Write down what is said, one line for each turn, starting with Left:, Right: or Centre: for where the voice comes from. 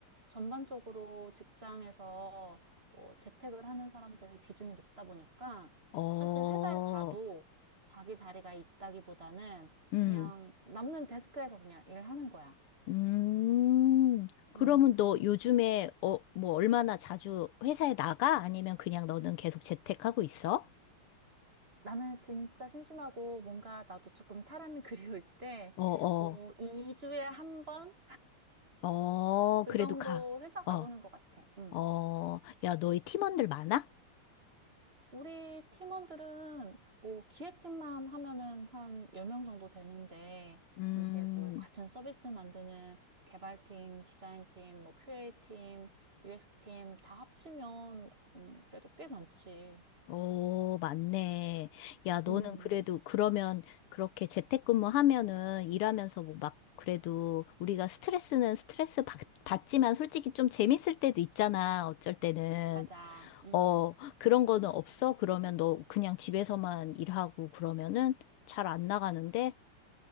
Right: 전반적으로 직장에서 뭐 재택을 하는 사람들의 비중이 높다 보니까
Left: 어,
Right: 사실 회사에 가도 자기 자리가 있다기보다는
Left: 음,
Right: 그냥 남는 데스크에서 그냥 일하는 거야.
Left: 음. 그러면
Right: 음.
Left: 너 요즘에, 어, 뭐, 얼마나 자주 회사에 나가? 아니면 그냥 너는 계속 재택하고 있어?
Right: 나는 진짜 심심하고 뭔가 나도 조금 사람이 <laughs> 그리울 때
Left: 어, 어,
Right: 뭐 2주에 한 번
Left: 어,
Right: 그
Left: 그래도
Right: 정도
Left: 가.
Right: 회사 가보는
Left: 어,
Right: 것 같아. 음.
Left: 어, 야, 너희 팀원들 많아?
Right: 우리 팀원들은 뭐 기획팀만 하면은 한 10명 정도 되는데,
Left: 음,
Right: 이제 뭐 같은 서비스 만드는 개발팀, 디자인팀, 뭐 QA팀, UX팀 다 합치면, 음, 그래도 꽤 많지.
Left: 오, 맞네. 야, 너는
Right: 음,
Left: 그래도 그러면 그렇게 재택근무하면은 일하면서 뭐 막 그래도 우리가 스트레스는 스트레스 받, 받지만 솔직히 좀 재밌을 때도 있잖아. 어쩔 때는.
Right: 맞아. 음.
Left: 어, 그런 거는 없어? 그러면 너 그냥 집에서만 일하고 그러면은 잘 안 나가는데?